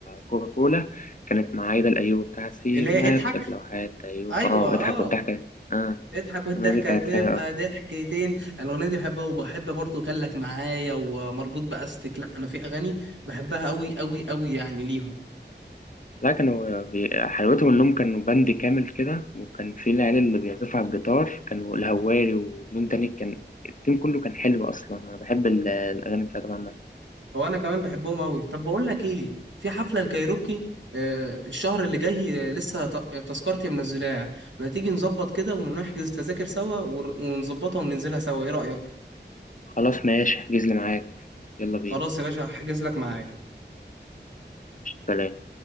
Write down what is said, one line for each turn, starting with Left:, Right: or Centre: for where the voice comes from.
Left: كوكا كولا كانت مع عايده الايوبي بتاعت سيب
Right: اللي هي
Left: نفسك
Right: اضحك
Left: لو حياة ايوب
Right: ايوه
Left: اه
Right: اه
Left: اضحك والضحكه اه
Right: اضحك والضحكه
Left: السنة دي كانت
Right: هتبقى
Left: هي أوي
Right: ضحكتين الاغنيه دي بحبها وبحب برضه كان لك معايا ومربوط باستك لا انا في اغاني بحبها قوي قوي قوي يعني ليهم
Left: لا كانوا بي- حلاوتهم إنهم كانوا باند كامل كده وكان في العيال اللي بيعزفوا على الجيتار كانوا الهواري ومين تاني كان التيم كله كان حلو أصلا أنا بحب ال- الأغاني بتاعتهم عامة
Right: هو انا كمان بحبهم قوي طب بقول لك ايه في حفله الكايروكي آه، الشهر اللي جاي آه، لسه ت- تذكرتي منزلاها ما تيجي نظبط كده ونحجز تذاكر سوا ور- ونظبطها وننزلها سوا ايه رايك
Left: خلاص ماشي احجز لي معاك يلا بينا
Right: خلاص يا باشا هحجز لك معايا
Left: سلام